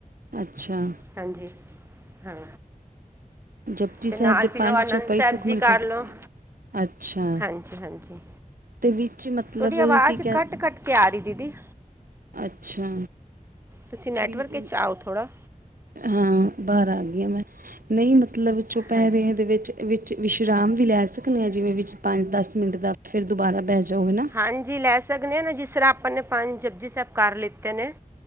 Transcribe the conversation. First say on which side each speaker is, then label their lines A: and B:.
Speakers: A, on the right; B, on the right.
A: ਅੱਛਾ।
B: ਹਾਂਜੀ। ਹਾਂ।
A: ਜਪਜੀ
B: ਤੇ
A: ਸਾਹਿਬ
B: ਨਾਲ
A: ਦੇ
B: ਫਿਰ
A: ਪੰਜ
B: ਉਹ ਆਨੰਦ
A: ਚੌਪਈ,
B: ਸਾਹਿਬ
A: ਸੁਖਮਨੀ
B: ਜੀ ਕਰ
A: ਦੇ
B: ਲਓ।
A: ਅੱਛਾ,
B: ਹਾਂਜੀ -ਹਾਂਜੀ।
A: ਤੇ ਵਿੱਚ ਮਤਲਬ
B: ਤੁਹਾਡੀ ਆਵਾਜ਼
A: ਕੀ ਕਹਿ
B: ਘੱਟ -ਘੱਟ ਕਿਆ ਰਹੀ ਦੀਦੀ।
A: ਅੱਛਾ।
B: ਤੁਸੀਂ ਨੈਟਵਰਕ
A: ਕੋਈ
B: ਥੋੜ੍ਹਾ
A: ਹਾਂ। ਬਾਹਰ ਆ ਗਈਆਂ ਮੈਂ। ਨਹੀਂ, ਮਤਲਬ ਚੁਪਹਿਰੇ
B: ਹਾਂਜੀ
A: ਦੇ ਵਿੱਚ ਵਿੱਚ ਵਿਸ਼ਰਾਮ ਵੀ ਲੈ ਸਕਦੇ ਹਾਂ। ਜਿਵੇਂ ਵਿੱਚ ਪੰਜ -ਦਸ ਮਿੰਟ ਦਾ ਫਿਰ ਦੁਬਾਰਾ ਬਹਿ ਜਾਓ ਨਾ।
B: ਹਾਂਜੀ। ਲੈ ਸਕਦੇ ਹਾਂ, ਨਾ ਜਿਸ ਤਰ੍ਹਾਂ ਆਪਾਂ ਨੇ ਪੰਜ ਜਪੁਜੀ ਸਾਹਿਬ ਕਰ ਲਿੱਤੇ ਨੇ।